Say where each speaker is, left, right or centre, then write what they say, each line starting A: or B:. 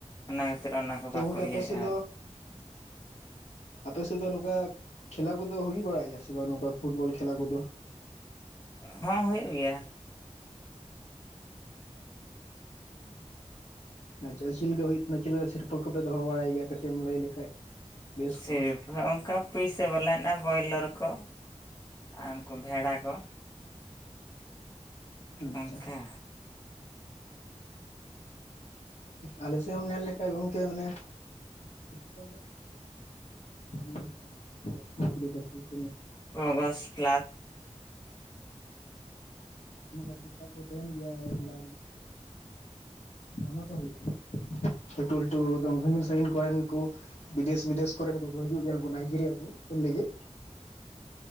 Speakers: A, on the left; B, on the left.
A: ᱚᱱᱟ ᱠᱷᱟᱹᱛᱤᱨ ᱚᱱᱟᱠᱚ
B: ᱛᱚ
A: ᱵᱟᱠᱚ
B: ᱜᱚᱝᱠᱮ
A: ᱤᱭᱟᱹᱭᱮᱜᱼᱟ᱾
B: ᱟᱯᱮ ᱥᱮᱫ ᱟᱯᱮᱥᱮᱫ ᱫᱚ ᱱᱚᱝᱠᱟ ᱠᱷᱮᱞᱟ ᱠᱚᱫᱚ ᱦᱩᱭ ᱵᱟᱲᱟᱜ ᱜᱮᱭᱟ ᱥᱮ ᱵᱟᱝ ᱱᱚᱝᱠᱟ ᱯᱷᱩᱴᱵᱚᱞ ᱠᱷᱮᱞᱟ ᱠᱚᱫᱚ?
A: ᱦᱚᱸ ᱦᱩᱭᱩᱜ ᱜᱮᱭᱟ᱾
B: ᱟᱪᱪᱷᱟ ᱪᱮᱫ ᱞᱮᱠᱟ ᱦᱩᱭᱩᱜ ᱠᱟᱱᱟ ᱪᱮᱫ ᱞᱮᱠᱟ ᱥᱤᱨᱯᱟᱹ ᱠᱚᱯᱮ ᱫᱚᱦᱚ ᱵᱟᱲᱟᱭ ᱜᱮᱭᱟ ᱠᱟᱹᱴᱤᱡ ᱮᱢ ᱞᱟᱹᱭ ᱞᱮᱠᱷᱟᱡ ᱵᱮᱥ
A: ᱥᱤᱨ
B: ᱠᱚᱜᱼᱟ
A: ᱟᱫᱚ ᱚᱝᱠᱟ ᱯᱩᱭᱥᱟᱹ ᱵᱟᱞᱟᱱᱟᱜ ᱵᱚᱭᱞᱟᱨ ᱠᱚ ᱟᱨ ᱩᱝᱠᱩ ᱵᱷᱮᱲᱟ ᱠᱚ
B: ᱟᱪᱪᱷᱟ
A: ᱚᱝᱠᱟ?
B: ᱟᱞᱮ ᱥᱮᱫ ᱮᱢ ᱱᱮᱞ ᱞᱮᱠᱷᱟᱡ ᱜᱚᱝᱠᱮ ᱢᱟᱱᱮᱼᱼ <inaudible> ᱢᱮᱨᱚᱢ ᱠᱷᱟᱥᱤ ᱼᱼ
A: ᱚᱜᱚᱥᱴ ᱞᱟᱥᱴ
B: ᱛᱤᱱᱟᱹᱜ ᱜᱟᱱ ᱯᱩᱭᱥᱟ ᱠᱚ ᱛᱟᱦᱮ ᱜᱮᱭᱟ ᱞᱟᱠᱷ ᱫᱩ ᱞᱟᱠᱷ ᱦᱩᱭ ᱠᱟᱱᱟ᱾ ᱞᱟᱹᱴᱩ ᱞᱟᱹᱴᱩ ᱫᱚᱞ ᱥᱟᱜᱤᱱ ᱥᱟᱜᱤᱱ ᱠᱚᱨᱮᱱ ᱠᱩᱼᱼ ᱵᱤᱫᱮᱥ ᱵᱤᱫᱮᱥ ᱠᱚᱨᱮᱱ ᱠᱚ ᱠᱚ ᱦᱤᱡᱩᱜ ᱜᱮᱭᱟ ᱟᱵᱩ ᱱᱟᱭᱡᱮᱨᱤᱭᱟ ᱠᱚᱼᱼ ᱠᱷᱮᱞ ᱞᱟᱹᱜᱤᱫ᱾